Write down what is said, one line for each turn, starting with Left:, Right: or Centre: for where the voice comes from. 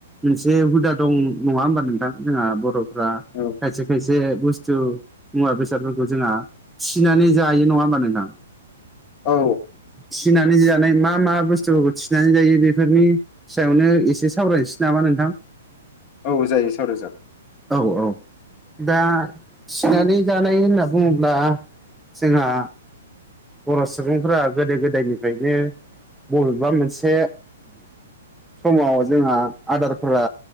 Centre: मोनसे हुदा दं नङा होमबा नोंथां जोंहा बर'फ्रा
Left: औ
Centre: खायसे खायसे बुस्थु मुवा बेसादफोरखौ जोंहा थिनानै जायो नङा होमबा नोंथां
Left: औ
Centre: थिनानै जानाय मा मा बुस्थुफोरखौ थिनानै जायो बेफोरनि नि सायावनो एसे सावरायनोसै नामा नोंथां
Left: औ जायो सावरायो जागोन
Centre: औ औ दा थिनानै जानाय होनना बुङोब्ला जोंहा बर' सुबुंफोरा गोदो गोदायनिफ्रायनो बबेबा मोनसे समाव जोंहा आदारफोरा